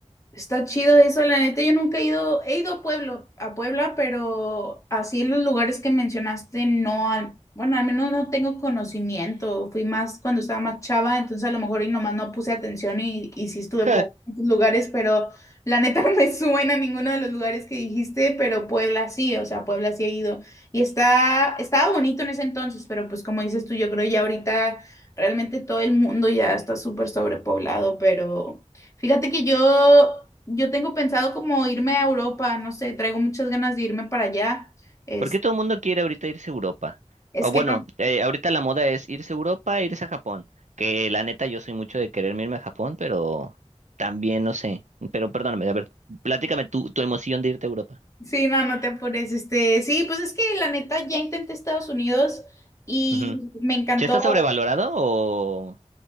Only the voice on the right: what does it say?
<laughs>
¿Por qué todo el mundo quiere ahorita irse a Europa?
O
bueno,
eh, ahorita la moda es irse a Europa e irse a Japón. Que la neta yo soy mucho de quererme irme a Japón, pero también no sé. Pero perdóname, a ver, platícame tu, tu emoción de irte a Europa.
Ujú.
¿Ya está sobrevalorado o...?